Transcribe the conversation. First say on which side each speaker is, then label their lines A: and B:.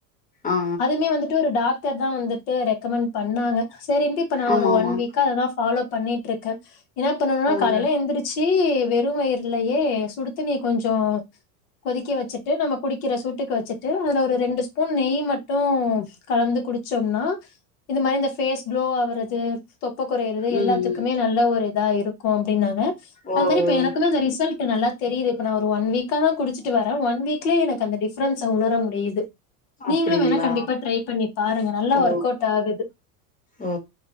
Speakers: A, on the left (about 15°); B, on the left (about 65°).
A: ஆ ஆ.
B: அதுமே வந்துட்டு ஒரு டாக்டர் தா வந்துட்டு ரெக்கமெண்ட் பண்ணாங்க சேரின்ட்டு இப்ப நா
A: ஆமாமா.
B: ஒரு ஒன் வீக்கா அததா ஃபாலோ பண்ணிட்ருக்கே என்ன பண்ணுனா
A: அவங்க
B: காலைல எந்திரிச் ச்சி வெறு வயிர்லயே சுடுத்தண்ணிய கொஞ்சொ கொதிக்க வச்சுட்டு நம்ம குடிக்கிற சூட்டுக்கு வச்சுட்டு அதுல ஒரு ரெண்டு ஸ்பூன் நெய் மட்டு கலந்து குடிச்சம்னா இந்த மாரி இந்த ஃபேஸ் க்ளோ ஆவரது தொப்ப கொறையுறது
A: ம்
B: எல்லாத்துக்குமே
A: ம்.
B: நல்ல ஒரு இதா இருக்கு அப்டின்னாங்க
A: ஓ
B: அது மாரி இப்ப
A: ஓ.
B: எனக்குமே அந்த ரிசல்ட் ட்டு நல்லா தெரியுது இப்ப நா ஒரு ஒன் வீக்க தா குடிச்சிட்டு வரே ஒன் வீக்லயே எனக்கு அந்த டிஃபரன்ஸ உணர முடியுது நீங்களு
A: அப்படிங்களா?
B: வேணா கண்டிப்பா ட்ரை பண்ணி பாருங்க நல்லா
A: ஓ
B: ஒர்க் அவுட் ஆகுது
A: ஓ ஓ.